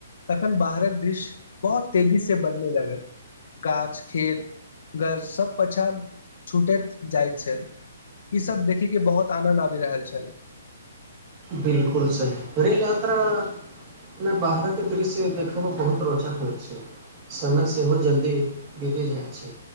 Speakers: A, on the left (about 60°); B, on the right (about 30°).
A: तखन बाहरक दृश्य बहुत तेजीसे बदले लागल गाछ खेत गर सब पाछाँ छूटैत जाइत छल ईसब देखैके बहुत आनन्द आबि रहल छल
B: बिलकुल सही रेल यात्रा मे बाहरक दृश्य देखयमे बहुत रोचक होइत छै समय सेहो जल्दी बीती जाइत छै